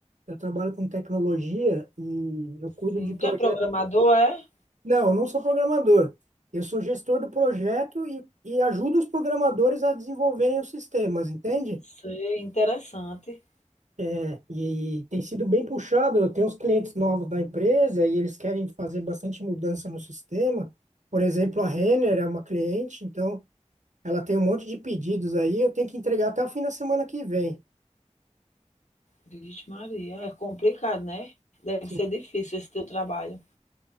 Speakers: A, on the right; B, on the left.
A: Eu trabalho com tecnologia e eu cuido
B: Sim.
A: de projetos.
B: Tu é programador, é?
A: Não, eu não sou programador. Eu sou gestor do projeto e, e ajudo os programadores a desenvolverem os sistemas, entende?
B: Sei, interessante.
A: É, e tem sido bem puxado. Eu tenho uns clientes novos da empresa e eles querem fazer bastante mudança no sistema. Por exemplo, a Renner é uma cliente, então ela tem um monte de pedidos aí. Eu tenho que entregar até o fim da semana que vem.
B: Vixe Maria, é complicado, né? Deve
A: Sim,
B: ser difícil esse teu trabalho.